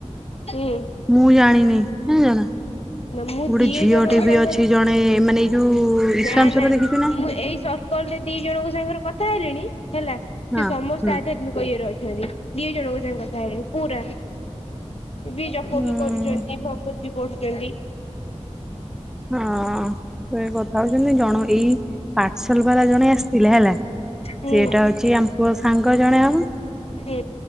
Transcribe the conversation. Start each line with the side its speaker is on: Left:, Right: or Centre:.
Left: ହୁଁ
Centre: ମୁଁ ଜାଣିନି କ ଜଣିଚନା।
Left: ନା ମୁଁ
Centre: ଗୋଟେ
Left: ଦି
Centre: ଝିଅଟି
Left: ଜଣଙ୍କ
Centre: ବି
Left: ସାଙ୍ଗରେ
Centre: ଅଛି ଜଣେ ମାନେ ଯୋଉ ଇସ୍ୱାଂଶର
Left: ନା ନା
Centre: ଦେଖିଛୁ
Left: ମୁଁ ଏଇ ସର୍କଲ ରେ ଦି ଜଣଙ୍କ ସାଙ୍ଗରେ କଥା ହେଲେଣି। ହେଲା ସେ
Centre: ହଁ
Left: ସମସ୍ତେ
Centre: ହୁଁ।
Left: ଆଧ୍ୟାତ୍ମିକ ଇଏରେ ଅଛନ୍ତି ଦିଇ ଜଣଙ୍କ। <unintelligible> ରେ ପୁରା <inaudible> ବି ଜପ
Centre: ହୁଁ।
Left: ବି କରୁଚନ୍ତି ନାଇ ଭଗ ବି ପଢୁଛନ୍ତି।
Centre: ହଁ ସେ କଥା ହଉଛନ୍ତି ଜଣ ଏଇ ପାର୍ସଲ ବାଲା ଜଣେ ଆସି ଥିଲା ହେଲା
Left: ହୁଁ
Centre: ସେଏଟା ହଉଛି ଆମ ପୁଅ ସାଙ୍ଗ ଜଣେ ହେବ।
Left: ହେ